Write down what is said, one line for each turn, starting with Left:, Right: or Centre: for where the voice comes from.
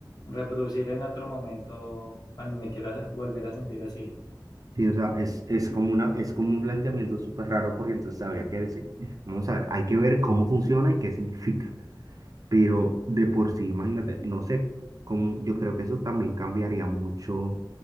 Left: reproducir en otro momento cuando me quiera volver a sentir así.
Right: Sí, o sea, es, es como una, es como un planteamiento súper raro porque entonces habría que decir, vamos a ver, hay que ver cómo funciona y qué significa, pero de por sí, imagínate, no sé cómo, yo creo que eso también cambiaría mucho